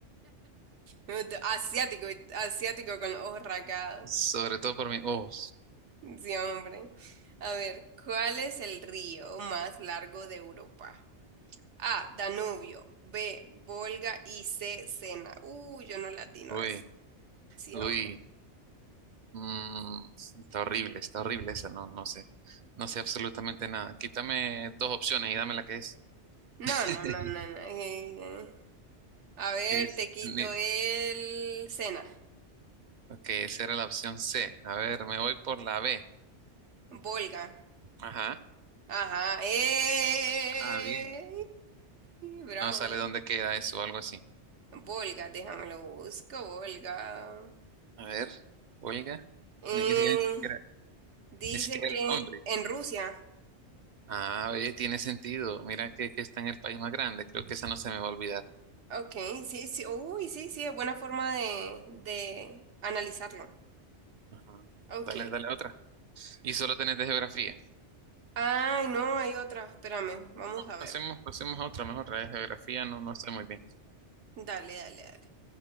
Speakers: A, on the right; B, on the right.
A: <laughs> Asiático, asiático con los ojos rasgados.
B: sobre todo por mi, oh,
A: Sí, hombre. A ver, ¿cuál es el río más largo de Europa? A, Danubio, B, Volga y C, Sena. Uh, yo no latino
B: uy,
A: a eso. Sí,
B: uy,
A: hombre.
B: mm, está horrible, está horrible esa, no, no sé, no sé absolutamente nada. Quítame dos opciones y dame la que es. <laughs>
A: No, no, no, no, no. eh, A ver,
B: Es
A: te quito
B: ni-
A: el Sena.
B: Ok, esa era la opción C. A ver, me voy por la B.
A: Volga.
B: Ajá.
A: Ajá. eh,
B: Ah, bien.
A: <laughs> Bravo.
B: No sale dónde queda eso o algo así.
A: Volga, déjamelo busco, Volga.
B: A ver, huelga.
A: Eh,
B: Ni, ni siquiera,
A: dice
B: ni siquiera
A: que
B: el nombre.
A: en Rusia.
B: Ah, oye, tiene sentido. Mira que, que está en el país más grande. Creo que esa no se me va a olvidar.
A: Ok, sí, sí. Uy, sí, sí, es buena forma de, de analizarlo.
B: Ajá.
A: Ok.
B: Dale, dale a otra. Y solo tenés de geografía.
A: Ay, no, hay otra. Espérame, vamos a ver.
B: Pasemos, pasemos a otra mejor. La de geografía no, no estoy muy bien.
A: Dale, dale, dale.